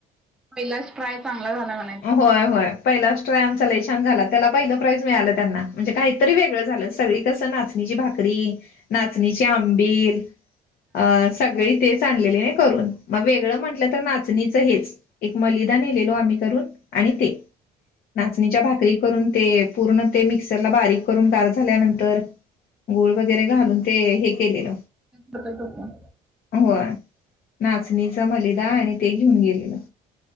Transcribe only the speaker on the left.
होय होय, पहिलाच ट्राय आमचा लई छान झाला, त्याला पहिलं प्राईज मिळालं त्यांना म्हणजे काहीतरी वेगळं झालं सगळी कसं, नाचणीची भाकरी नाचणीचे आंबिल अ सगळी तेच आणलेले न करून, मग वेगळं म्हटलं तर नाचणीचं हेच. एक मलिदा नेलेलो आम्ही करून आणि ते नाचणीच्या भाकरी करुन ते पूर्ण ते मिक्सरला बारीक करून, गार झाल्यानंतर गुळ वगैरे घालून ते हे केलेल
अ होय, नाचणीचा मलिदा आणि ते घेऊन गेलेलो.